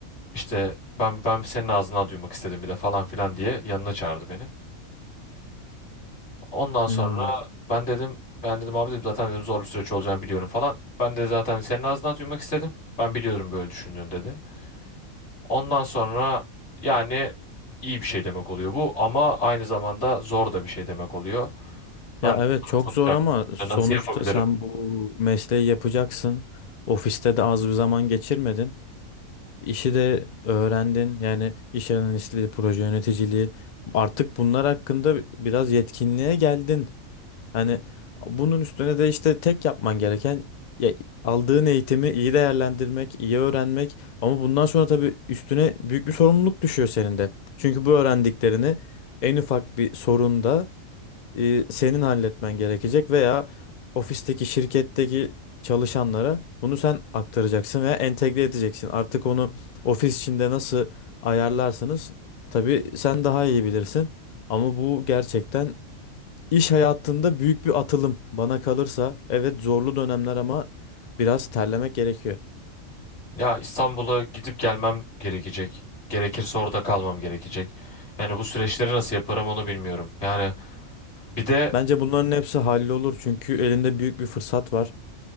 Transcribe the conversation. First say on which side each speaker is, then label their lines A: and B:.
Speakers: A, on the left (about 55°); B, on the left (about 70°).
A: İşte ben ben senin ağzından duymak istedim bir de falan filan diye yanına çağırdı beni. Ondan sonra
B: Hmm.
A: ben dedim ben dedim abi dedim zaten dedim zor bir süreç olacağını biliyorum falan. Ben de zaten senin ağzından duymak istedim. Ben biliyorum böyle düşündüğünü dedi. Ondan sonra yani iyi bir şey demek oluyor bu ama aynı zamanda zor da bir şey demek oluyor. Ben
B: Ya
A: de
B: evet
A: sana
B: çok
A: soracaktım,
B: zor ama sonuçta
A: nasıl yapabilirim?
B: sen bu mesleği yapacaksın. Ofiste de az bir zaman geçirmedin. İşi de öğrendin. Yani iş analistliği, proje yöneticiliği. Artık bunlar hakkında bi- biraz yetkinliğe geldin. Hani bunun üstüne de işte tek yapman gereken ya, aldığın eğitimi iyi değerlendirmek, iyi öğrenmek. Ama bundan sonra tabii üstüne büyük bir sorumluluk düşüyor senin de. Çünkü bu öğrendiklerini en ufak bir sorunda e, senin halletmen gerekecek veya ofisteki şirketteki çalışanlara bunu sen aktaracaksın veya entegre edeceksin. Artık onu ofis içinde nasıl ayarlarsınız? Tabii sen daha iyi bilirsin. Ama bu gerçekten iş hayatında büyük bir atılım bana kalırsa. Evet zorlu dönemler ama biraz terlemek gerekiyor.
A: Ya İstanbul'a gidip gelmem gerekecek. Gerekirse orada kalmam gerekecek. Yani bu süreçleri nasıl yaparım onu bilmiyorum. Yani bir de
B: Bence bunların hepsi hallolur çünkü elinde büyük bir fırsat var.